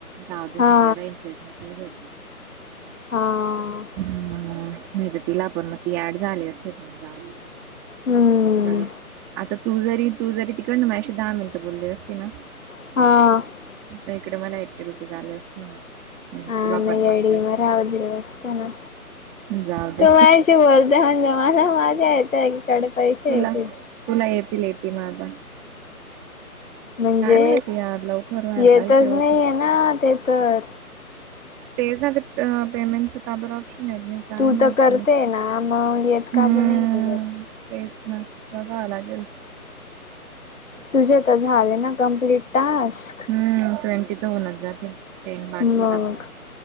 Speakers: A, in the centre; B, on the left.
A: जाऊ दे
B: हा
A: कॅड इंटरेस्ट नल
B: हा
A: ह नाही तर तिला पण मग ती ऍड झाली असते पण जावले
B: हम्म
A: बरो आता तू जरी तू जरी तिकड ना माझशी दहा मिनटं बोलली असती ना
B: हा
A: प इकडे मला एट्टी रुपीज आले असते मग हम्म
B: हा
A: तुला
B: मग
A: पण आले
B: अडी
A: असेल
B: म राह दि असताना
A: जाऊ दे
B: तू माझशी बोलते म्हणजे मला माझा यायचा एककडे पैसे
A: तुला
B: येतील
A: तुला येतील एटी माध
B: म्हणजे
A: माहिती यार लवकर व्हायला
B: येतच
A: पाहिजे ते होतं
B: नाहीय ना ते तर
A: तेचमध्ये पेमेंटचं ताबर ऑप्शन आहे नाही काय
B: तू
A: माती
B: तर करते ना मग येत
A: हम्म
B: का ब नाही वर
A: तेच ना बघावं लागेल जाऊ
B: तुझे
A: दे.
B: तर झाले ना कमप्लीट टास्क
A: हम्म ट्वेंटी तर होनच जातील बाकी
B: मग
A: आहेत आता